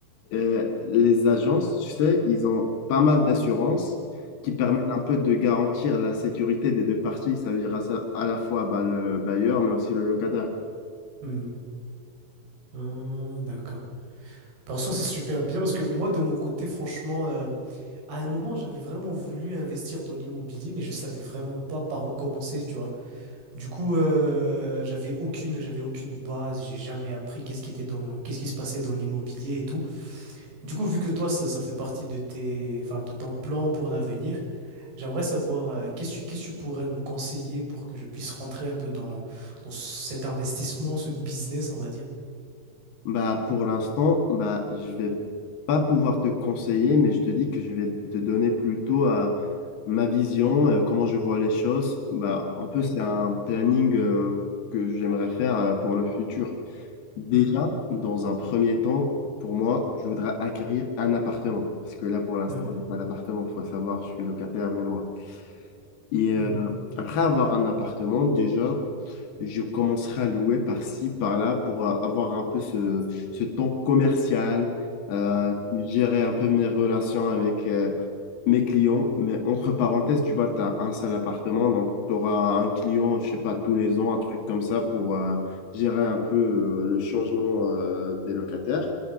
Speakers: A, on the left; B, on the right.
A: euh, les agences, tu sais, ils ont pas mal d'assurances qui permettent
B: hum,
A: un peu de garantir la sécurité des deux parties, ça veut dire à, ça- à la fois bah, le bailleur, mais aussi le locataire.
B: hum. Hum, d'accord. Par contre, c'est super bien parce que moi, de mon côté, franchement, euh, à un moment, j'avais vraiment voulu investir dans l'immobilier, mais je savais vraiment pas par où commencer, tu vois. Du coup, euh, j'avais aucune, j'avais aucune base, j'ai jamais appris qu'est-ce qui était dans, qu'est-ce qui se passait dans l'immobilier et tout. Du coup, vu que toi, ça, ça fait partie de tes, enfin, de ton plan pour l'avenir, j'aimerais savoir, euh, qu'est-ce que, tu, qu'est-ce que tu pourrais me conseiller pour que je puisse rentrer un peu dans, dans cet investissement, ce business, on va dire.
A: Bah, pour l'instant, bah, je vais pas pouvoir te conseiller, mais je te dis que je vais te donner plutôt à ma vision, euh, comment je vois les choses. Bah, un peu,
B: Mhm,
A: c'est un planning euh, que j'aimerais faire euh, pour le futur. Déjà,
B: mhm,
A: dans un premier temps, pour moi, je voudrais acquérir un appartement. Parce que là, pour l'instant,
B: mhm,
A: j'ai pas d'appartement. Faut savoir, je suis locataire, mais moi. Et euh,
B: mhm,
A: après avoir un appartement, déjà, je commencerai à louer par-ci, par-là, pour euh, avoir un peu ce, ce temps commercial, euh, gérer un peu mes relations avec, euh, mes clients, mais entre parenthèses, tu vois, tu as un seul appartement, donc tu auras un client, je sais pas, tous les ans, un truc comme ça pour euh, gérer un peu euh, le changement euh, des locataires.